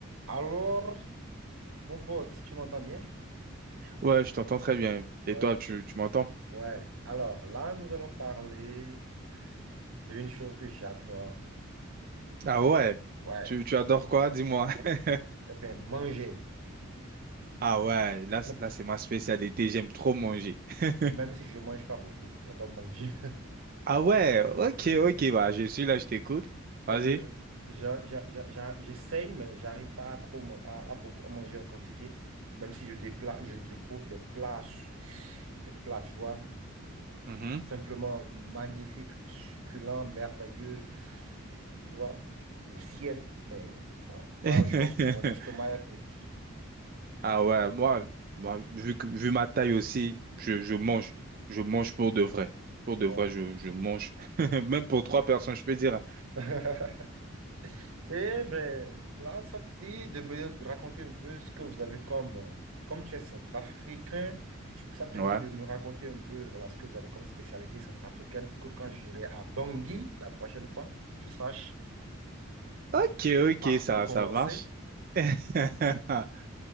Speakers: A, on the right; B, on the right.
A: Alors, mon pote, tu m'entends bien?
B: Ouais, je t'entends très bien. Et
A: Ok,
B: toi, tu, tu m'entends?
A: ouais. Alors là, nous allons parler d'une chose que j'adore.
B: Ah ouais,
A: Ouais,
B: tu, tu adores quoi? Dis-moi. <laughs>
A: eh bien, manger.
B: Ah ouais, là, c-
A: Même
B: là c'est ma spécialité, j'aime trop manger. <laughs>
A: même si je ne mange pas beaucoup, j'adore manger.
B: Ah ouais, ok, ok, bah je suis là, je t'écoute.
A: <laughs> Parce
B: Vas-y.
A: que j'a- j'a- j'a- j'a- j'essaye, mais j'arrive pas à trop man- à, à beaucoup à manger en quantité. Même si je, dépla- je découvre des plats, des plats, tu vois.
B: Mhm.
A: Simplement magnifique, succulent, merveilleux. Tu vois, le ciel. Mais voilà, moi,
B: <laughs>
A: je pense que mon estomac est petit.
B: Ah ouais, moi, moi vu, que- vu ma taille aussi, je, je mange. Je mange pour de vrai. Pour de
A: Bon.
B: vrai, je, je mange. <laughs> Même pour trois personnes, je peux dire. hein.
A: <laughs> Eh ben, là, ça te dit de me raconter un peu ce que vous avez comme, euh, comme tu es centrafricain, tu- peux- ça te dit
B: Ouais.
A: de me raconter un peu, voilà, ce que vous avez comme spécialité centrafricaine pour que quand j'irai à Bangui la prochaine fois, je sache
B: Ok, ok,
A: par
B: ça,
A: où commencer.
B: ça marche. <laughs>